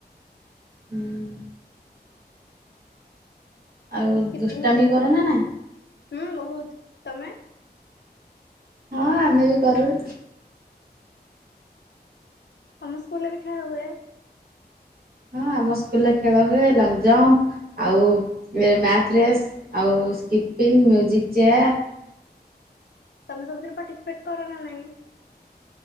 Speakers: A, on the right (about 60°); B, on the left (about 85°).
A: ହୁଁ ଆଉ
B: ସ୍କିପିଙ୍ଗବି
A: ଦୁଷ୍ଟାମି କର ନା ନାଇଁ?
B: ହଁ ବହୁତ୍ ତମେ?
A: ହଁ ଆମେବି କରୁ।
B: ତମ ସ୍କୁଲରେବି ଖେଳା ହୁଏ?
A: ହଁ ଆମ ସ୍କୁଲରେ ଖେଳ ହୁଏ ଲଙ୍ଗଜମ୍ପ ଆଉ ମ୍ୟାଥରେସ୍ ଆଉ ସ୍କିପିଙ୍ଗ ମ୍ୟୁଜିକ୍ ଚେୟାର୍
B: ତମେ ସବୁଥିରେ ପାର୍ଟିସିପେଟ କରନା ନାହିଁ?